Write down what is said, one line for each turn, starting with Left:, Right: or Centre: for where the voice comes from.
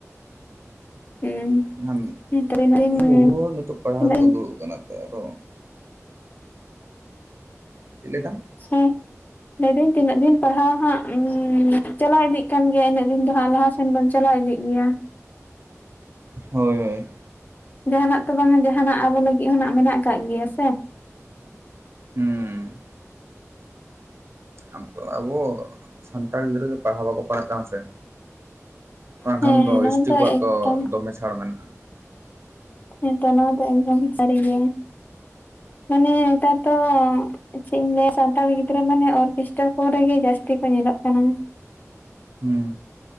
Left: ᱦᱮᱸ
Right: ᱮᱠᱷᱟᱱ
Left: ᱛᱤᱱᱟᱹᱜ ᱫᱤᱱ
Right: ᱵᱩᱦᱩ ᱦᱚᱸ ᱱᱤᱛᱚᱜ ᱯᱟᱲᱦᱟᱣ
Left: ᱛᱤᱱᱟᱹᱜ
Right: ᱛᱮᱠᱚ
Left: ᱫᱤᱱ
Right: ᱫᱩᱲᱩᱵ ᱟᱠᱟᱱᱟ ᱛᱚ ᱟᱫᱚ ᱤᱱᱟ ᱠᱷᱟᱱ
Left: ᱦᱩᱸ ᱞᱟᱹᱭ ᱫᱟᱹᱧ ᱛᱤᱱᱟᱹᱜ ᱫᱤᱱ ᱯᱟᱲᱦᱟᱣ ᱦᱟᱸᱜ ᱪᱟᱞᱟᱣ ᱤᱫᱤᱜ ᱠᱟᱱ ᱜᱮᱭᱟ ᱤᱱᱟᱹᱜ ᱫᱤᱱ ᱫᱚ ᱦᱟᱸᱜ ᱞᱟᱦᱟ ᱥᱮᱫ ᱥᱮᱱ ᱵᱚᱱ ᱪᱟᱞᱟᱣ ᱤᱫᱤᱜ ᱜᱮᱭᱟ
Right: ᱦᱳᱭ ᱦᱳᱭ
Left: ᱡᱟᱦᱟᱱᱟᱜ ᱛᱚ ᱵᱟᱝᱟ ᱡᱟᱦᱟᱱᱟᱜ ᱟᱵᱚ ᱞᱟᱹᱜᱤᱫ ᱦᱚᱸ ᱱᱟᱜ ᱢᱮᱱᱟᱜ ᱠᱟᱜ ᱜᱮᱭᱟ ᱥᱮ
Right: ᱦᱩᱸ ᱟᱫᱚ ᱟᱵᱚ ᱥᱟᱱᱛᱟᱲ ᱜᱤᱫᱽᱨᱟᱹ ᱜᱮ ᱯᱟᱲᱦᱟᱣ ᱵᱟᱠᱚ ᱯᱟᱲᱦᱟᱜ ᱠᱟᱱᱟ ᱥᱮ ᱵᱟᱝᱠᱷᱟᱱ
Left: ᱦᱮᱸ
Right: ᱫᱚ
Left: ᱱᱚᱣᱟ
Right: ᱮᱥ ᱴᱤ ᱠᱚᱣᱟᱜ
Left: ᱮᱠᱫᱚᱢ
Right: ᱫᱚ ᱫᱚᱢᱮ ᱪᱷᱟᱲ ᱢᱮᱱᱟᱜᱼᱟ᱾
Left: ᱦᱮᱸᱛᱚ ᱱᱚᱣᱟ ᱫᱚ ᱮᱠᱫᱚᱢ ᱥᱟᱨᱤ ᱜᱮ ᱢᱟᱱᱮ ᱱᱮᱛᱟᱨ ᱫᱚᱼᱼ ᱪᱮᱫ ᱤᱧ ᱞᱟᱹᱭᱟ ᱥᱟᱱᱛᱟᱲ ᱜᱤᱫᱽᱨᱟᱹ ᱢᱟᱱᱮ ᱚᱨᱠᱮᱥᱴᱟᱨ ᱠᱚ ᱨᱮᱜᱮ ᱡᱟᱥᱛᱤ ᱠᱚ ᱧᱮᱞᱚᱜ ᱠᱟᱱᱟ
Right: ᱦᱮᱸ